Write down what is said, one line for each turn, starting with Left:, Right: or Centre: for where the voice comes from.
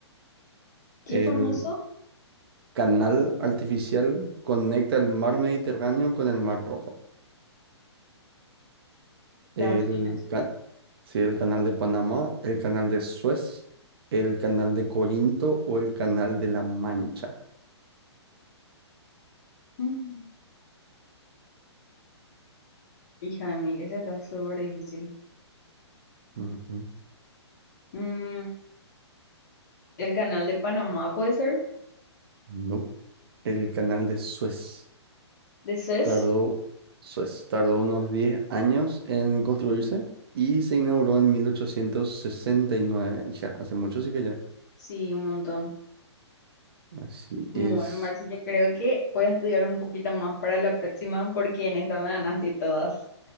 Left: ¿Qué
Right: El
Left: famoso?
Right: canal artificial conecta el mar Mediterráneo con el mar Rojo. el,
Left: Las opciones.
Right: ca- sí, el canal de Panamá, el canal de Suez, el canal de Corinto o el canal de La Mancha.
Left: Mm, Hija de mil, esa está súper difícil.
Right: Ujú.
Left: Mm, el canal de Panamá puede ser,
Right: Nope. El canal de Suez
Left: de Suez.
Right: tardó, Suez tardó unos 10 años en construirse y se inauguró en mil ochocientos sesenta y nueve Hija, hace mucho sí que ya.
Left: Sí, un montón.
Right: Así
Left: Bueno,
Right: es.
Left: Marce, yo creo que voy a estudiar un poquito más para la próxima porque en esta me ganaste todas.